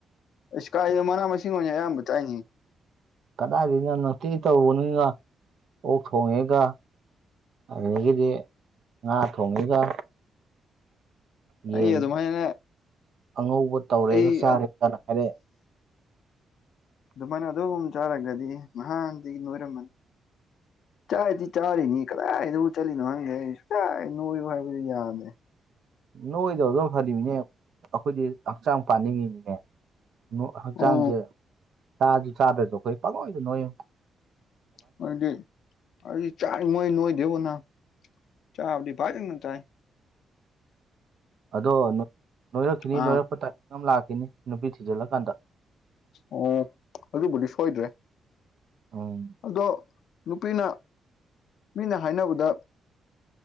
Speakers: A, on the left; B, on the right.
A: ꯏ ꯏꯁꯀꯥꯥꯏꯃꯅꯥ ꯃꯁ ꯑꯣꯏꯅꯅꯦ ꯑꯌꯥꯝ ꯌꯥꯝꯕ ꯆꯥꯏꯦ
B: ꯀꯗꯥꯏꯗꯒꯤꯅ ꯅꯨꯡꯇꯤ ꯇꯧꯔꯨꯕꯅꯤꯒ ꯑꯣꯛ ꯊꯣꯡꯉꯦꯒ ꯑꯗꯨꯗꯒꯤꯗꯤ ꯉꯥ ꯊꯣꯡꯉꯤꯒ ꯌꯦꯟ
A: ꯑꯩ ꯑꯗꯨꯃꯥꯏꯅ
B: ꯑꯉꯧꯕ ꯇꯧꯔꯦꯒ
A: ꯑꯩ
B: ꯆꯥꯔꯦꯒꯅ ꯍꯥꯏꯔꯛꯑꯦ
A: ꯑꯗꯨꯃꯥꯏꯅ ꯑꯗꯨ ꯆꯥꯔꯒꯗꯤ ꯅꯍꯥꯟꯗꯒꯤ ꯂꯣꯏꯔꯝꯃꯅꯤ ꯆꯥꯛꯗꯤ ꯆꯥꯔꯤꯅꯤ ꯀꯗꯥꯏꯗꯕꯨ ꯆꯠꯂꯤꯅꯣ ꯍꯪꯗꯦ ꯑꯩ ꯁꯨꯡꯛꯆꯥꯏ ꯅꯣꯏꯌꯨ ꯍꯥꯏꯕꯗꯨ ꯌꯥꯅꯤ
B: ꯅꯣꯏꯗꯧ ꯑꯗꯨꯝ ꯐꯅꯤꯃꯤꯅꯦ ꯑꯩꯈꯣꯏꯗꯤ ꯍꯛꯆꯥꯡ ꯄꯥꯅꯤꯡꯉꯤꯃꯤꯅꯦ ꯍꯛꯆꯥꯡꯁꯦ
A: ꯑꯣ
B: ꯆꯥꯁꯨ ꯆꯥꯗ꯭ꯔꯁꯨ ꯑꯩꯈꯣꯏ ꯄꯥꯉꯣꯏꯗ ꯅꯣꯏꯨ
A: ꯃꯖꯦ ꯑꯗꯨꯗꯤ ꯆꯥꯏ ꯃꯣꯏ ꯅꯣꯏꯗꯦꯕꯅ ꯆꯥꯕꯗꯤ ꯐꯥꯏꯖꯅ ꯆꯥꯏ
B: ꯑꯗꯣ ꯅꯣꯏꯔꯛꯈꯤꯅꯤ
A: ꯑꯥ
B: ꯅꯣꯏꯔꯛꯄ ꯇꯥꯏꯃꯤꯡ ꯑꯃ ꯂꯥꯛꯈꯤꯅꯤ ꯅꯨꯄꯤ ꯊꯤꯖꯤꯜꯂꯀꯥꯟꯗ
A: ꯑꯣ ꯑꯗꯨꯕꯨꯗꯤ ꯁꯣꯏꯗ꯭ꯔꯦ
B: ꯑ
A: ꯑꯗꯣ ꯅꯨꯄꯤꯅ ꯃꯤꯅ ꯍꯥꯏꯅꯕꯗ